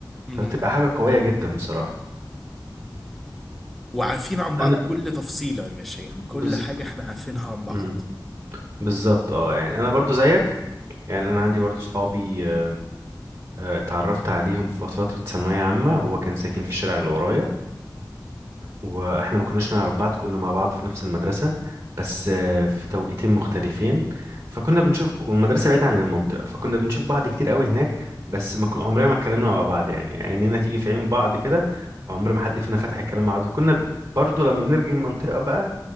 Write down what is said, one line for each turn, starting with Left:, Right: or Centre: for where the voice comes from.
Centre: مم.
Right: فبتبقى حاجه قويه جدا بصراحه
Centre: وعارفين عن بعض
Right: انا
Centre: كل تفصيلة يا باشا يعني كل
Right: بز...
Centre: حاجة احنا عارفينها عن بعض
Right: مم. بالظبط اه يعني انا برضو زيك يعني انا عندي برضو صحابي آه، آه، اتعرفت عليهم في فترة ثانوية عامة هو كان ساكن في الشارع اللي ورايا واحنا ما كناش نعرف بعض كنا مع بعض في نفس المدرسة بس آه، في توقيتين مختلفين فكنا بنشوف والمدرسة بعيدة عن المنطقة فكنا بنشوف بعض كتير قوي هناك بس ما كنا عمرنا ما اتكلمنا مع بعض يعني يعني عينينا تيجي في عين بعض كده وعمر ما حد فينا فتح الكلام مع بعض وكنا برضو لما بنرجع المنطقة بقى